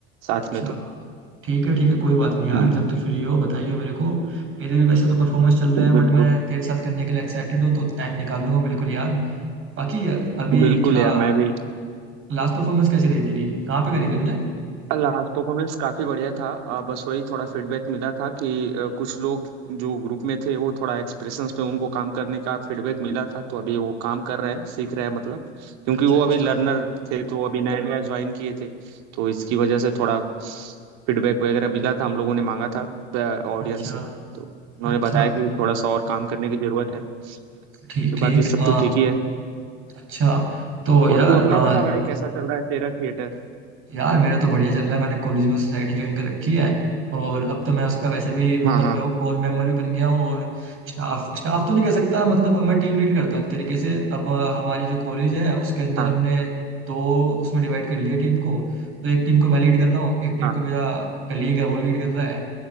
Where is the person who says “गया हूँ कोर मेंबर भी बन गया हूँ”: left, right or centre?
Right